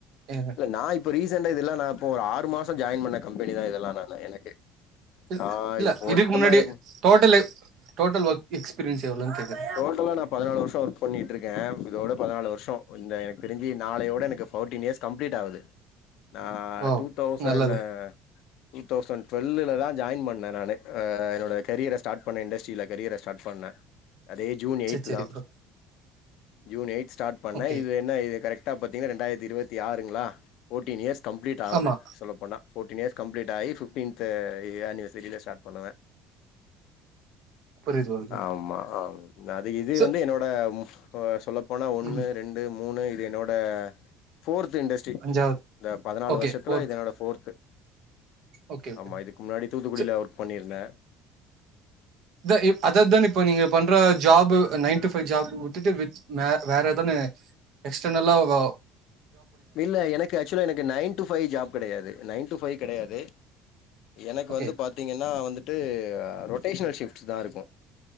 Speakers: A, on the right (about 55°); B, on the left (about 60°).
A: ஏங்க
B: நா இப்ப ரீசென்டா இதெல்லா நா இப்போ ஒரு ஆறு மாச இப்ப ஜாய்ன் பண்ண கம்பெனிதா இதெல்லா நானு எனக்கு
A: இல்ல
B: ஆ
A: இல்ல,
B: இது பொருத்தமா
A: இதுக்கு முன்னாடி
B: எனக்கு
A: டோட்டல் எக் டோட்டல் ஒர்க் எக்ஸ்பீரியன்ஸ் எவ்ளோன் கேக்குற
B: டோட்டலா நா பதனாலு வர்ஷோ ஒர்க் பண்ணிட்ருக்கே இதோட பதனாலு வர்ஷோ ஒ இந்த எனக்கு தெரிஞ்சு நாளையோட எனக்கு ஃபோர்டீன் இயர்ஸ் கம்ப்ளீட் ஆகுது நா
A: ஓ
B: டூ தௌசண்ணு
A: நல்லது
B: டூ தௌசண்ட் டுவெல்லுல தா ஜாயின் பண்ணே நானு ஆ என்னோட கரியர ஸ்டார்ட் பண்ணே இண்டஸ்ட்ரியில கரியர ஸ்டார்ட் பண்ணே அதே ஜூன் எய்த்து
A: சரி சரி
B: தா
A: ப்ரோ
B: ஜுன் எய்த் தா ஸ்டார்ட் பண்ண
A: ஓகே
B: இது என்ன இது கரெக்டா பாத்திங்க ரெண்டாயிரத்தி இருவத்தி ஆறுங்களா ஃபோர்டீன் இயர்ஸ் கம்ப்ளீட் ஆவுது
A: ஆமா
B: சொல்லப்போனா ஃபோர்டீன் இயர்ஸ் கம்லீட் ஆயி ஃபிஃப்டின்து ஆனிவர்சரில ஸ்டார்ட் பண்ணுவே
A: புரியுது ஓகே
B: ஆமா ஆ அது இது
A: சோ
B: வந்து என்னோட அ சொல்லப்போனா ஒன்னு
A: ம்
B: ரெண்டு மூணு இது என்னோட ஃபோர்த் இண்டஸ் ட்றி
A: அஞ்சாவது
B: இந்த பதினாலு
A: ஓகே
B: வருஷத்துல
A: ஃபோர்த்
B: இது என்னோட ஃபோர்து
A: ஓகே ஓகே
B: ஆமா இதுக்கு முன்னாடி தூத்துக்குடியில
A: சோ
B: ஒர்க் பண்ணியிருந்தே
A: இந்த இ அதாவது தா இப்ப நீங்க பண்ற job nine to five job விட்டுட்டு வெ வே வேற எதோன்னு எக்ஸ்டர்னல்லா வ
B: இல்ல எனக்கு ஆக்சுவலா எனக்கு நைன் டு ஃபைவ் ஜாப் கெடையாது நைன் டு ஃபைவ் கெடையாது எனக்கு
A: ஓகே
B: வந்து பாத்தீங்கன்னா வந்துட்டு ரொட்டேஷனல் ஷிஃப்ட் தா இருக்கு